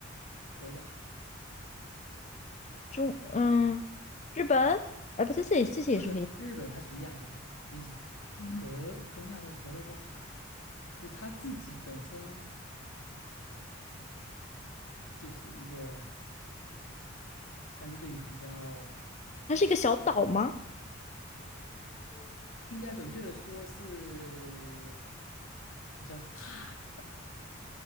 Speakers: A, on the left (about 85°); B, on the left (about 35°).
A: 隔着海。
B: 中，嗯，日本，哎，不对，这也这些也是非洲，
A: 不是日本，它属于亚洲。你想，
B: 嗯，
A: 隔跟亚洲隔了个海，就是它自己本身就是一个相对比较，
B: 它是一个小岛吗？
A: 应该准确的说是比较大的岛，